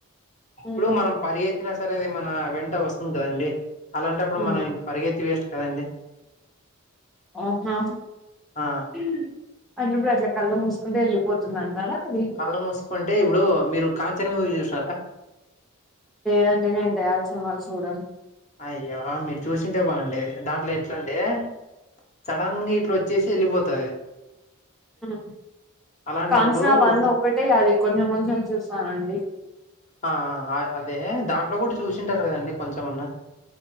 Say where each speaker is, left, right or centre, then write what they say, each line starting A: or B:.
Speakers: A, on the left; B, in the centre.
A: అప్పుడు
B: ఉమ్
A: మనం పరిగెత్తిన సరే అది మన వెంట వస్తుంది కదండి అలాంటప్పుడు
B: ఉమ్
A: మనం పరిగెత్తి వేస్ట్ కదండి
B: ఆహా
A: ఆ
B: ఉమ్మ్ అది నువ్వే అట్ల కళ్ళు మూసుకుంటే యెళ్ళిపోతుంది అంటారా అది
A: కళ్ళు మూసుకుంటే ఇప్పుడు మీరు కాంచన మూవీ చూసినారా
B: లేదండి నేను దయ్యాల సినిమాలు చూడను
A: అయ్యో మీరు చూసుంటే బాగుండేది దాంట్లో ఎట్లంటే సడన్గా ఇట్లా వచ్చేసి ఎళ్ళిపోతది
B: ఉమ్
A: అలాంటప్పుడు
B: కాంచన వన్
A: ఇప్పుడు
B: ఒక్కటే అది కొంచెం కొంచెం చూసానండి
A: ఆ ఆ ఆ అదే దాంట్లో గూడా చూసింటారు కదండి కొంచెమన్నా